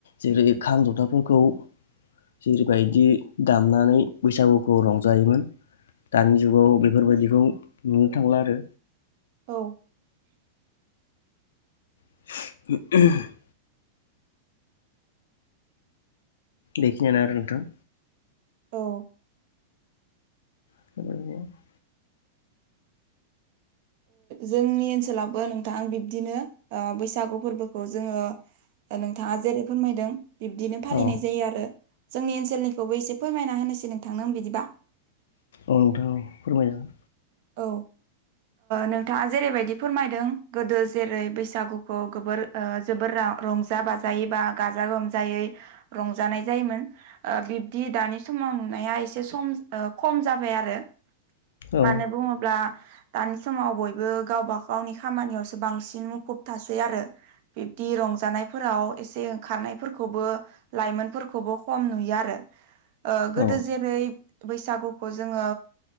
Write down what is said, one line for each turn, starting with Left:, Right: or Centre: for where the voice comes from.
Left: जेरै खाम जथाफोरखौ जेरैबायदि दामनानै बैसागुखौ रंजायोमोन दानि जुगाव बेफोरबायदिखौ नुनो थांला आरो
Right: औ
Left: <unintelligible> बेखिनियानो आरो नोंथां।
Right: औ
Left: <unintelligible>
Right: जोंनि ओनसोलावबो नोंथां बिब्दिनो बैसागु फोरबोखौ जोङो नोंथाङा जेरै फोरमायदों। बिब्दिनो फालिनाय
Left: औ
Right: जायो आरो जोंनि ओनसोलनिखौबो एसे फोरमायना होनोसै नोंथांनो आं बिदिबा
Left: औ नोंथाङा औ फोरमायजागोन।
Right: औ नोंथाङा जेरैबायदि फोरमायदों गोदो जेरै बैसागुखौ गोबोर जोबोर रंजा बाजायै बा गाजा गोमजायै रंजानाय जायोमोन बिब्दि दानि समाव नुनाया एसे सम खम जाबाय आरो
Left: औ
Right: मानो बुङोब्ला दानि समाव बयबो गावबाागावनि खामानियावसो बांसिन मुखुब थासै आरो बिब्दि रंजानायफोराव एसें खारनायफोरखौबो लाइमोनफोरखौबो खम नुयो आरो गोदो
Left: औ
Right: जेरै बैसागुखौ जोङो